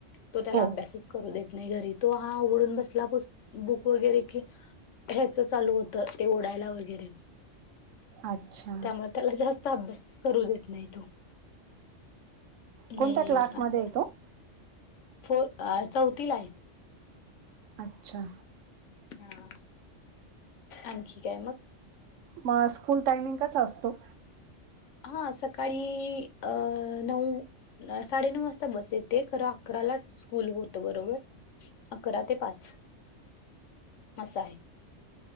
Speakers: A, on the left; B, on the right.
A: तो त्याला
B: हो
A: अभ्यासच.... करू देत नाही घरी तो हा उघडून बसला बुक वगैरे कि..... ह्याच चालू होतं ते ओडायला वगैरे....
B: अच्छा.....
A: त्यामुळे त्याला जास्त अभ्यास करू देत नाही तो.... हम्म
B: कोणत्या क्लासमध्ये
A: असं
B: तो?
A: फोर चौथीला आहे.....
B: अच्छा.....
A: हा आणखी काय मग?
B: मग स्कूल टायमिंग कसा असतो?
A: हा सकाळी अ नऊ..... साडेनऊ वाजता बस येते खरं अकराला स्कूल होत बरोबर..... अकरा ते पाच असं आहे...